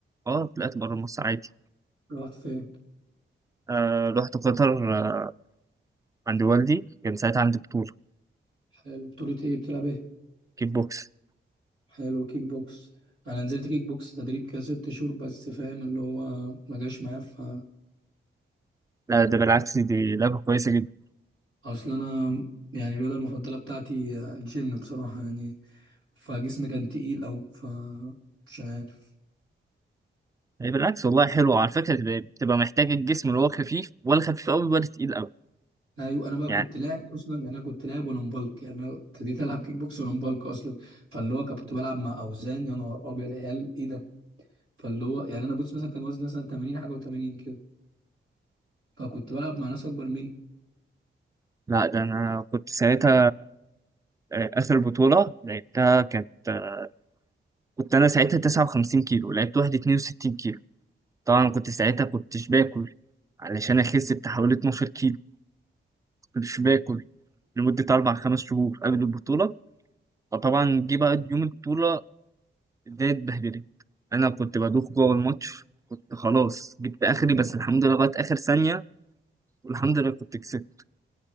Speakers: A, on the right (about 15°); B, on the right (about 90°).
A: اه طلعت بره مصر عادي
B: رحت فين
A: آه رحت قطر آه عند والدي كان ساعتها عندي بطوله
B: حلو بطولة ايه بتلعب ايه
A: كيك بوكس
B: حلو كيك بوكس انا نزلت كيك بوكس تدريب كده ست شهور بس فاهم اللي هو ما جاش معايا ف
A: لا ده بالعكس دي لعبه كويسه جدا.
B: اصل انا يعني الرياضة المفضلة بتاعتي الجيم بصراحة يعني فجسمي كان تقيل او ف مش عارف
A: هي بالعكس والله حلو على فكرة بتبقى بتبقى محتاج الجسم اللي هو خفيف ولا خفيف قوي ولا تقيل قوي
B: ايوه انا بقى
A: يعني
B: كنت لاعب اصلا يعني انا كنت لاعب وانا مبلك يعني انا ابتديت العب كيك بوكس وانا مبلك اصلا فاللي هو كنت بلعب مع اوزان يا نهار ابيض يا عيال ايه ده فاللي هو يعني انا بص مثلا كان وزني مثلا 80 حاجه و80 كده فكنت بلعب مع ناس اكبر
A: لا ده انا كنت ساعتها آه، اخر بطولة لعبتها كانت آه، كنت انا ساعتها 59 كيلو لعبت واحد 62 كيلو طبعا كنت ساعتها كنتش باكل علشان اخس بتاع حوالي 12 كيلو كنتش باكل لمدة أربع خمس شهور قبل البطولة فطبعا جه بقى يوم البطولة الدنيا اتبهدلت أنا كنت بدوخ جوه الماتش كنت خلاص جبت آخري
B: مني
A: بس الحمد لله لغاية آخر ثانية والحمد لله كنت كسبت